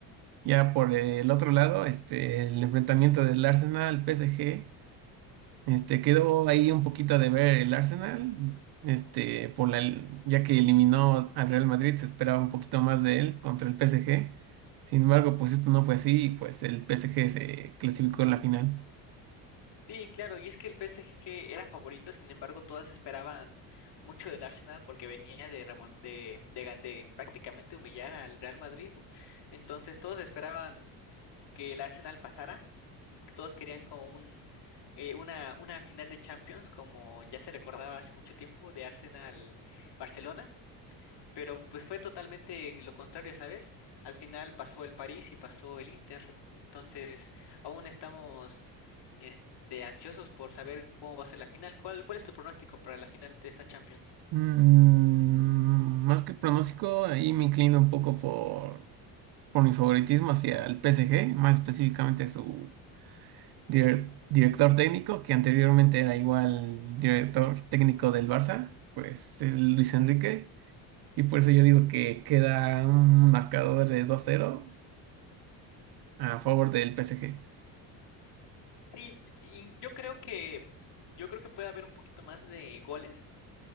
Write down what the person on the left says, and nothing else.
Sí, claro, y es que el PSG era favorito, sin embargo, todas esperaban mucho del Arsenal porque venía de, remon- de, de gan- de prácticamente humillar al Real Madrid. Entonces, todos esperaban que el Arsenal pasara. mm, que Todos querían como un, eh, una, una final de Champions, como ya se recordaba hace mucho tiempo, de Arsenal-Barcelona, pero pues fue totalmente lo contrario, ¿sabes? Al final pasó el París y pasó el Inter, entonces aún estamos este, ansiosos por saber cómo va a ser la final. ¿Cuál, cuál es tu pronóstico para la final de esta Champions?
Sí, y yo creo que yo creo que puede haber un poquito más de goles